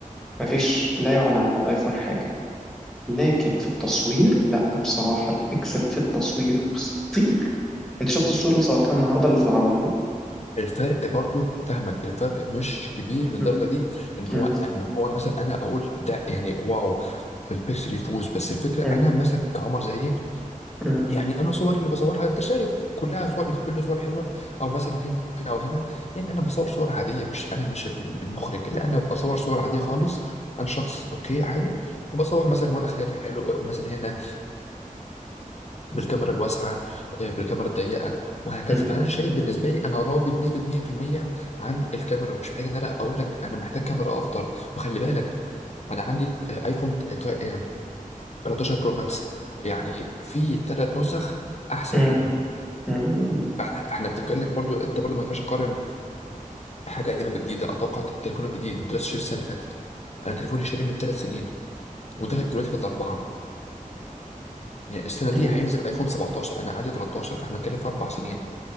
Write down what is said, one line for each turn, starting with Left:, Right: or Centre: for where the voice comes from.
Centre: مفيش لا يعلى على الايفون حاجة لكن في التصوير لا بصراحة البيكسل في التصوير خطير انت شفت الصورة اللي صورتها النهاردة اللي في العربية
Left: الفرق برضو فاهمك الفرق مش كبير للدرجه
Centre: مم.
Left: دي ان هو
Centre: مم.
Left: ان هو مثلا انا اقول ده يعني واو البيكسل يفوز بس الفكره
Centre: مم.
Left: انا مثلا كعمر زيي
Centre: مم.
Left: يعني انا صوري اللي بصورها انت شايف كلها صور انت بتقول لي صور حلوه او مثلا هنا او هنا او هنا يعني انا بصور صور عاديه مش انا مش المخرج لا انا بصور صور عاديه خالص انا شخص اوكي عادي وبصور مثلا وانا خارج حلو مثلا هنا بالكاميرا الواسعه آه، بالكاميرا الضيقه وهكذا
Centre: مم.
Left: فانا شايف بالنسبه لي انا راضي بنسبه 100% عن الكاميرا مش محتاج ان انا اقول لك انا محتاج كاميرا افضل وخلي بالك انا عندي آه، ايفون ت- آه، 13 برو ماكس يعني في ثلاث نسخ احسن
Centre: مم.
Left: منه
Centre: مم. مم.
Left: احنا إحنا بنتكلم برضو انت برضو ما ينفعش تقارن حاجه قديمه بجديده اتوقع التليفون الجديد انت لسه شاري السنه اللي فاتت انا تليفوني شاري من ثلاث سنين وداخل دلوقتي في الاربعه يعني السنه دي
Centre: مم.
Left: هينزل ايفون 17 انا عندي 13 فاحنا بنتكلم في اربع سنين